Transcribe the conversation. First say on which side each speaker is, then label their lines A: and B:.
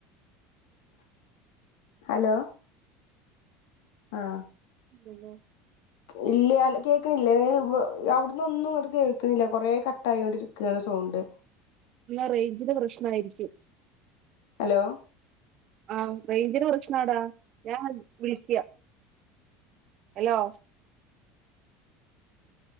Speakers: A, on the left; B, on the right.
A: അലോ. ആഹ്.
B: അലോ.
A: ഇല്ല കേൾക്കണില്ലേ എ വ അവിടന്ന് ഒന്നും ഇങ്ങോട്ട് കേൾക്കണില്ല കൊറെേ കട്ട ആയോ ണ്ടിരിക്കാണ് സോണ്ട്
B: ന്ന റേഞ്ചില് പ്രശ്നായിരിക്കും
A: ഹലോ
B: ആഹ് റേഞ്ചിന് പ്രശ്നാടാ ഞാൻ വിളിക്ക്യ ഹലോ